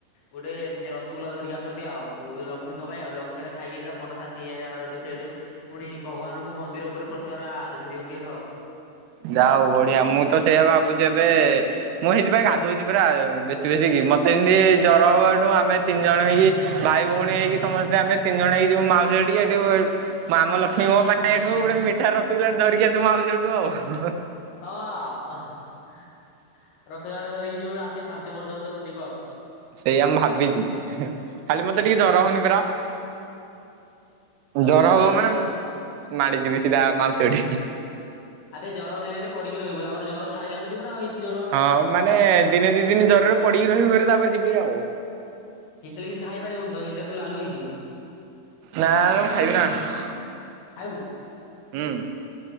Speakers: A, on the left; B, on the right.
A: ଗୁଟେ ଏମିତି ରସଗୋଲା ଧରିକି ଆସନ୍ତି ଆଉ। ଲକ୍ଷ୍ମୀଙ୍କ ପାଇଁ ଆଉ। ଲଖ୍ ମୁଁ ଏଇନା ଖାଇକିରି ତାଙ୍କ ମନ ଶାନ୍ତି ହେଇଯାଏ। ତାଙ୍କର ହେଠୁ ସିଏ ହେଠୁ ପୁଣି ଭଗବାନଙ୍କୁ ମନ୍ଦିର ଉପରେ ପଶିବାର ଆ-ଆଦେଶ ଦିଅନ୍ତି ହେଠୁ ଆଉ।
B: ଯାହ ହଉ ବଢିଆ! ମୁଁ ତ ସେଇଆ ଭାବୁଛି ଏବେ ମୁଁ ହେଇଥିପାଇଁ ଗାଧଉଛି ପୁରା ବେଶୀ ବେଶୀ କି। ମତେ ଯିଁତି ଜର ହବ ଏଠୁ ଆମେ ତିନି ଜଣ ହେଇକି, ଭାଇ ଭଉଣୀ ହେଇକି ସମସ୍ତେ ଆମେ ତିନି ଜଣ ହେଇକି ଯିବୁ। ମାଉ ସେଠି ଏଠି ପା ମାମ୍ ଲକ୍ଷ୍ମୀ ମୋ ପାଇଁ ଏଠୁ ଗୋଟେ ମିଠା ରସଗୁଲା ଟେ ଧରିକିଆ ଆସିବୁ ସେଠୁ ଆଉ <unintelligible>
A: ହଁ। ଅ <inaudible> ରସଗୋଲା ଧରିକି ଯିବୁ ଆସି ଶାନ୍ତି କରିଦବୁ ତୋ ସ୍ତ୍ରୀକୁ ଆଉ।
B: ସେଇଆ ମୁ ଭାବିଚି ଖାଲି ମତେ
A: ସିଆ
B: ଟିକେ ଜର ହଉନି ପରା। ଜର
A: ହଉନି
B: ହବ
A: ଆରେ
B: ମାନେ ମାଡିଯିବି ସିଧା ମାଉସୀ ଅଟିକି।
A: ଆବେ ଜର ହେଲେ ଏଇଠି ପଡିକି ରହିବୁ ତାପରେ ଜର ଛାଡ଼ିଲା ଟୁ ଜିବୁନାଉ ଇନ୍ତୀ ଜ
B: ହଁ ମାନେ ଦିନେ ଦି ଦିନ ଜରରେ ପଡିକି ରହିବି ତାପରେ ଯିବି ଆଉ।
A: ଇଁଟିଲେ କିଛି ଖାଇପାରିବନୁ ତ ଏତିରେ ତୁ ଲାଲୁ ହେଇଯୁବୁ।
B: ନା ମୁ ଖାଇବି ନା ହୁଁ।
A: ଖାଇବୁ।